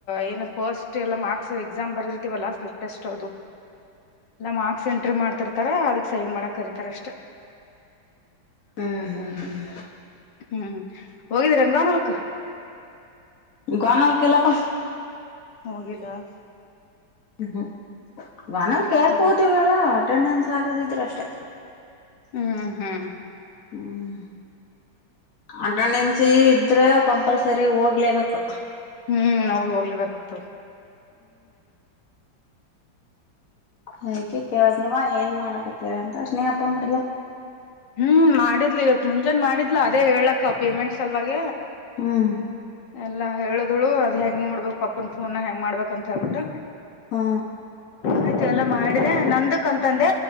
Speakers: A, on the left (about 65°); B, on the left (about 50°).
A: ಏನದ್ ಫಸ್ಟ್ ಎಲ್ಲ ಮಾರ್ಕ್ಸ್ ಎಕ್ಸಾಮ್ ಬರೆದಿರ್ತಿೀವಲ್ಲ ಲಾಸ್ಟ್ ಪ್ ಟೆಸ್ಟ್ ಮಾಕ್ಸ್ ಎಂಟ್ರಿ ಮಾಡ್ತಿರ್ತರ್ ಸೈನ ಮಾಡಕ್ ಕರಿತಾರ ಅಷ್ಟೇ
B: ಹ್ಮ್ ಹ್ಮ್ ಹ್ಮ್
A: ಹ್ಮ್ ಹೋಗಿದ್ದೀರನ್ಗ ನಲ್ಕ
B: ಗ್ವಾನಲ್ಲ ಕೆಲ್ಲಪ್ಪ.
A: ಹೋಗಿಲ್ಲಾ.
B: ಹ್ಮ್ ವಾನಲ್ ಕೇಕ್
A: ಹ್ಮ್
B: ಕೂತಿವನ. ಅಟೆಂಡೆನ್ಸ್ ಆಗದಿದ್ರರು ಅಷ್ಟೇ.
A: ಹ್ಮ್ ಹ್ಮ್.
B: ಹ್ಮ. <unintelligible> <unintelligible> ಕಂಪಲ್ಸರಿ ಹೋಗ್ಲೆಬೇಕು.
A: ಹ್ಮ್ ಹೌದು ಹೋಗ್ಲೇಬೇಕಾಗ್ತದ.
B: ಹಯಕ ಕೇಳಿದ್ನವ ಏನ್ ಮಾಡಕತ್ತೀರ ಅಂತ ಸ್ನೇಹಾ ಪೋನ್ ಮಾಡಿದ್ಲ.
A: ಹ್ಮ್ ಮಾಡಿದ್ಲಿ ಇವತ್ ಮುಂಜಾನ ಮಾಡಿದ್ಲ ಅದೇ ಹೇಳಕ್ಕ ಪೇಮೆಂಟ್ಸ್ಲ್ವಾಗ.
B: ಹ್ಮ್.
A: ಎಲ್ಲಾ ಹೇಳಿದ್ಳು ಅದ ಹೆಂಗ್ ನೋಡ್ಬೇಕಕ್ ಪಪನ್ ಫೋನ್ ಹೆಂಗ್ ಮಾಡ್ಬೇಕ ಅಂತ ಹೇಳ್ಬಿಟ್ಟ.
B: ಹಾ.
A: ಆಯ್ತು ಎಲ್ಲಾ ಮಾಡಿದೆ ನಂದಕ್ ಅಂತಂದೆ